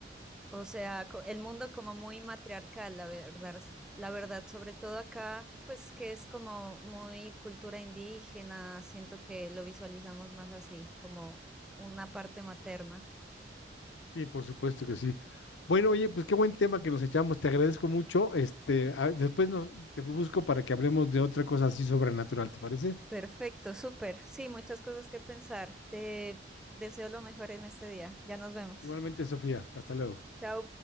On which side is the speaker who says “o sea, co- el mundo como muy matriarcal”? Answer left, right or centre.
Centre